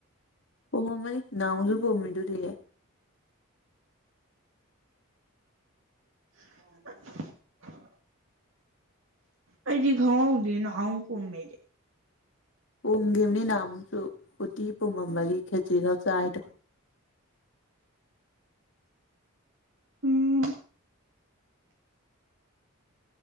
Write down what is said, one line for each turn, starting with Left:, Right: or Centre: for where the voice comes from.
Left: ꯄꯨꯃꯝꯃꯅꯤ ꯅꯍꯥꯟꯃꯨꯛꯁꯨ ꯄꯨꯃꯤꯗꯨꯗꯤ
Right: <inaudible> ꯑꯩꯗꯤ ꯈꯪꯍꯧꯗꯦ ꯅꯍꯥꯃꯨꯛ ꯄꯨꯝꯃꯦꯗꯤ
Left: ꯄꯨꯝꯒꯤꯝꯅꯤ ꯅꯍꯥꯟꯃꯨꯛꯁꯨ ꯎꯠꯇꯤ ꯄꯨꯝꯃꯝꯕꯒꯤ ꯈꯦꯆ꯭ꯔꯤ ꯈꯛ ꯆꯥꯏꯗꯣ
Right: ꯎꯝ